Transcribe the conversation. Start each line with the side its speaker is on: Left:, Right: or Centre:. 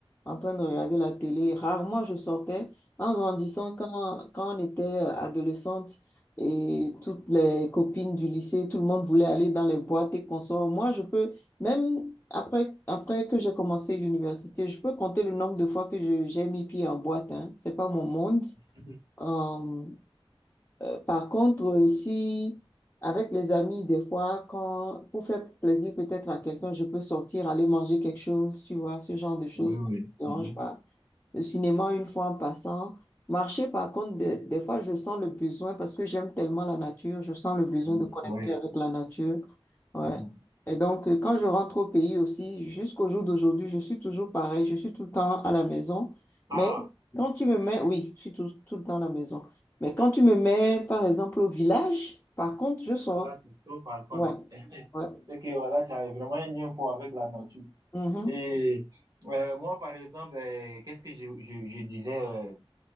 Left: en train de regarder la télé. Rarement je sortais. En grandissant, quand, quand on était euh, adolescente et toutes les copines du lycée, tout le monde voulait aller dans les boîtes et consorts. Moi, je peux, même après, après que j'ai commencé l'université, je peux compter le nombre de fois que je- j'ai mis pied en boîte, hein. C'est pas mon monde.
Right: <laughs>
Left: Euh, euh, par contre, euh, si avec les amis, des fois, quand, pour faire plaisir peut-être à quelqu'un, je peux sortir, aller manger quelque chose, tu vois, ce genre de choses,
Right: Oui, oui.
Left: ça ne
Right: mhm.
Left: me dérange pas le cinéma une fois en passant. Marcher, par contre, des, des fois, je sens le besoin parce que j'aime tellement la nature, je sens le besoin
Right: Mhm.
Left: de connecter
Right: Ouais.
Left: avec la nature. Ouais.
Right: Mhm.
Left: Et donc, euh, quand je rentre au pays aussi, jusqu'au jour d'aujourd'hui, je suis toujours pareil, je suis tout le temps à la maison.
Right: Ah,
Left: Mais quand tu me mets, oui, je suis tout, tout le temps à la maison. Mais quand tu me mets, par exemple, au village, par contre, je sors.
Right: là, tu sors par contre.
Left: Ouais, ouais.
Right: C'est que voilà, tu as vraiment un lien fort avec la nature.
Left: Mhm.
Right: Et euh, moi, par exemple, euh, qu'est-ce que je, je, je disais? euh,